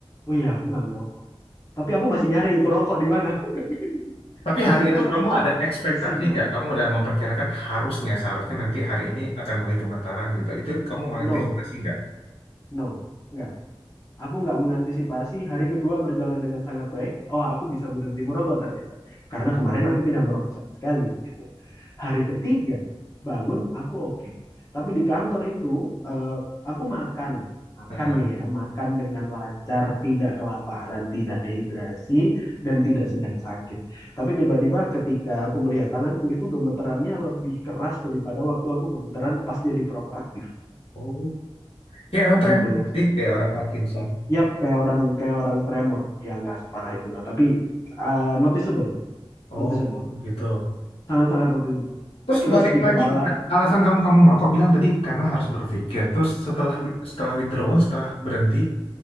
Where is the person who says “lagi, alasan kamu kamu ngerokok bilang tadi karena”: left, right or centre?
Left